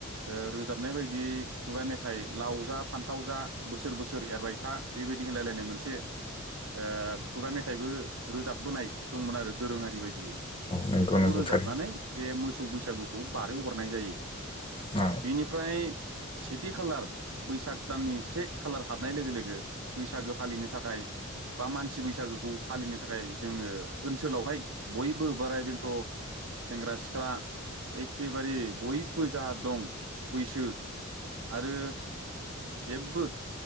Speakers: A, on the right (about 80°); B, on the left (about 25°).
A: ओ रोजाबनाय बायदियै खुगा मेथाइ लाव जा फान्थाव जा बोसोर बोसोर एरबाय था बेबायदि होनलायलायनाय मोनसे ओ खुगा मेथाइबो रोजाबबोनाय दंमोन आरो दोरोङारि बायदियै
B: नंगौ
A: बेफोरखौ
B: नंगौ
A: रोजाबनानै
B: थारैनो
A: बे मोसौ बैसागुखौ बारहो हरनाय जायो।
B: ओ।
A: बिनिफ्राय सेथि खालार बैसाग दाननि से खालार हाबनाय लोगो लोगो बैसागो फालिनो थाखाय बा मानसि बैसागोखौ फालिनो थाखाय जोङो ओनसोलाव हाय बयबो बोराय बेन्थ' सेंग्रा सिख्ला एखेबारे बयबो जा दं बैसो आरो जेबबो